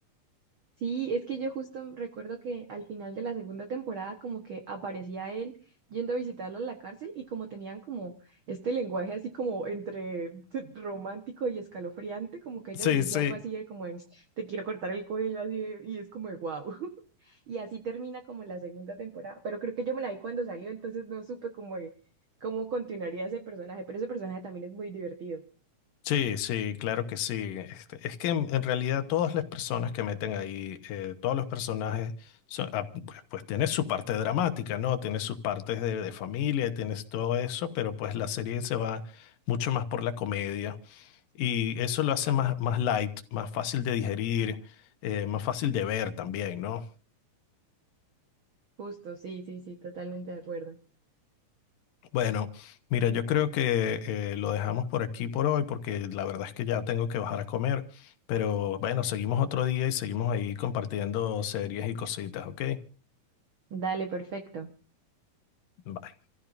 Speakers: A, on the right (about 70°); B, on the left (about 75°).
A: Sí, es que yo justo recuerdo que al final de la segunda temporada como que aparecía él yendo a visitarla a la cárcel y como tenían como este lenguaje así como entre <laughs> romántico y escalofriante, como que ella
B: Sí,
A: le dice
B: sí.
A: algo así de como en, te quiero cortar el cuello así de- y es como de wow. <laughs> Y así termina como la segunda temporada, pero creo que yo me la vi cuando salió, entonces no supe como de cómo continuaría ese personaje, pero ese personaje también es muy divertido.
B: Sí, sí, claro que sí. Este, es que en, en realidad todas las personas que meten ahí, eh, todos los personajes, son- ah, pues, pues tiene su parte dramática, ¿no? Tiene sus partes de, de familia, tienes todo eso, pero pues la serie se va mucho más por la comedia y eso lo hace más, más light, más fácil de digerir, eh, más fácil de ver también, ¿no?
A: Justo, sí, sí, sí, totalmente de acuerdo.
B: Bueno, mira, yo creo que eh, lo dejamos por aquí por hoy porque la verdad es que ya tengo que bajar a comer, pero bueno, seguimos otro día y seguimos ahí compartiendo series y cositas, ¿ok?
A: Dale, perfecto.
B: Bye.